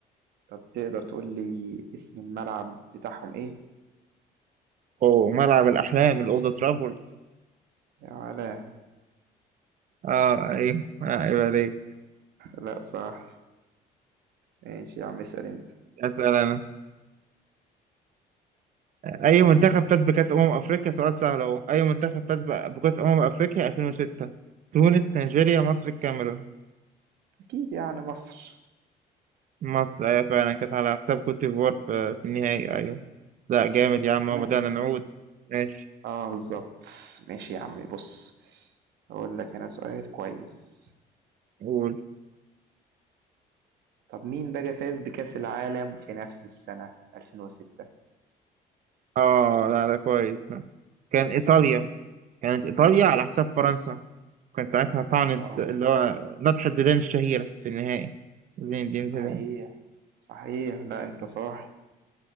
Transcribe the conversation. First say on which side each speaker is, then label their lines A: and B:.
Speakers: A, on the right; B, on the right.
A: طب تقدر تقول لي اسم الملعب بتاعهم ايه
B: اوه ملعب الاحلام الاولد ترافورد
A: يا ولا
B: اه ايوه عيب عليك
A: لا صح ماشي يا عم اسأل انت
B: اسال انا اي منتخب فاز بكاس امم افريقيا سؤال سهل اهو اي منتخب فاز ب- بكاس امم افريقيا 2006 تونس نيجيريا مصر الكاميرون
A: اكيد يعني مصر
B: مصر ايوه فعلا كانت على حساب كوت ديفوار في في النهائي ايوه لا جامد يا عم
A: تمام
B: هو بدأنا نعود ماشي
A: اه بالظبط ماشي يا عم بص اقول لك انا سؤال كويس
B: قول
A: طب مين بقى فاز بكأس العالم في نفس السنة 2006
B: اه لا ده كويس ده. كان ايطاليا كانت ايطاليا على حساب فرنسا كان ساعتها طعنت
A: لا صح
B: اللي هو نطحة زيدان الشهيرة في النهائي زين الدين
A: صحيح
B: زيدان
A: صحيح لا انت صح